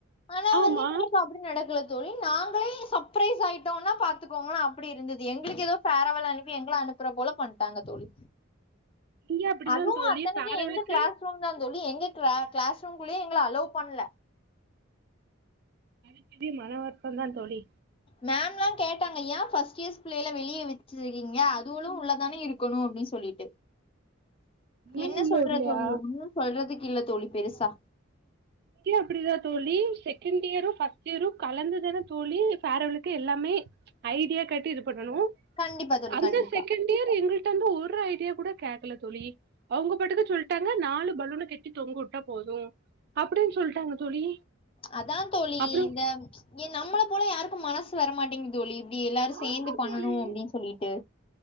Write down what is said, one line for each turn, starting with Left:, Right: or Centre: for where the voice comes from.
Left: ஆனா
Right: ஆமா
Left: இப்ப அப்டி நடக்கல தோழி நாங்களே சப்ரைஸ் ஆயிட்டோனா பாத்துக்கோங்களா அப்டி இருந்தது எங்களுக்கு ஏதோ ஃபேரவல் அனுப்பி எங்கள அனுப்புற போல பண்ட்டாங்க தோழி
Right: இங்க அப்டிதா
Left: அதுவு
Right: தோழி
Left: அத்தனைக்கி
Right: ஃபேர்வெலுக்கு
Left: எங்க க்ளாஸ் ரூம் தா தோழி எங்க க்ளா க்ளாஸ் ரூம்குள்ளயே எங்கள அலோவ் பண்ல
Right: அதுக் <inaudible> மனவருத்தந்தா தோழி
Left: மேம்லா கேட்டாங்க ஏ ஃபஸ்ட் இயர்ஸ் புள்ளைல வெளிய வெச்சிருக்கீங்க அதுவுலு உள்ளதானே இருக் கணு அப்டின் சொல்லீட்டு
Right: அதனால
Left: என்ன
Right: உள்ள
Left: சொல்றத்
Right: விட்லையா
Left: தோழி ஒன்னு சொல்றதுக்கில்ல தோழி பெருசா
Right: இங்கயு அப்டிதா தோழி செகண்ட் இயரு ஃபஸ்ட் இயரு கலந்துதானா தோழி ஃபேரவளுக்கு எல்லாமே ஐடியா கேட்டு இது பண்ணணு
Left: கண்டிப்பா தோழி
Right: அந்த
Left: கண்டிப்பா
Right: செகண்ட் இயர் எங்கள்ட்ட வந்து ஒரு ஐடியா கூட கேக்கல தோழி அவுங்க பாட்டுக்கு சொல்ட்டாங்க நாலு பலூன கெட்டி தொங்குட்டா போது அப்டின் சொல்ட்டாங்க தோழி
Left: அதாந்தோழி
Right: அப்றோ
Left: இந்த எ நம்மள போல யாருக்கு மனசு வரமாட்டிங் தோழி இப்டி எல்லாரு சேந்து
Right: ஆமா
Left: பண்ணனு
Right: தோழி
Left: அப்டின் சொல்லீட்டு